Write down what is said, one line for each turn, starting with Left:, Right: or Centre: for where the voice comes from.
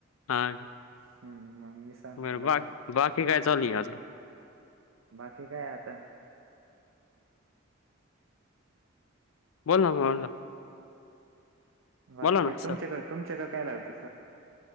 Left: हा
Right: हम्म म मी सांगतो
Left: बरं
Right: लक
Left: बाकी- बाकी काय चालूय आजुन?
Right: बाकी काय आता.
Left: बोल ना -बोल्ला
Right: बाकी
Left: ना
Right: काय
Left: सर
Right: तुमच्याकडं- तुमच्याकडं काय लाविते सर?